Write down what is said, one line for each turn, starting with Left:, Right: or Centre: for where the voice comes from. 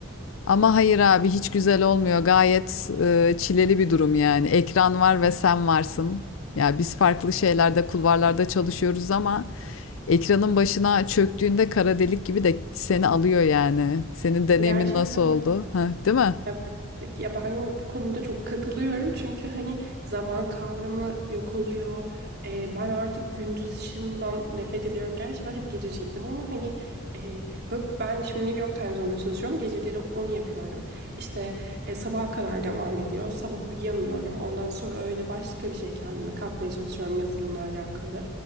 Left: Ama hayır abi hiç güzel olmuyor. Gayet e, çileli bir durum yani. Ekran var ve sen varsın. Ya biz farklı şeylerde, kulvarlarda çalışıyoruz ama ekranın başına çöktüğünde kara delik gibi de seni alıyor yani. Senin deneyimin
Right: Gerçekten
Left: nasıl oldu?
Right: öyle.
Left: Ha, değil mi?
Right: Ya, ya ben bu konuda çok katılıyorum çünkü hani zaman kavramı yok oluyor. Ee, ben artık gündüz ışığından nefret ediyorum. Gerçi ben hep gececiydim ama hani e, bö- ben şimdi New York Times Zone'da çalışıyorum. Geceleri onu yapıyorum. İşte e, sabaha kadar devam ediyor. Sabah uyuyamıyorum. Ondan sonra öyle başka bir şey kendime katmaya çalışıyorum yazılımla alakalı.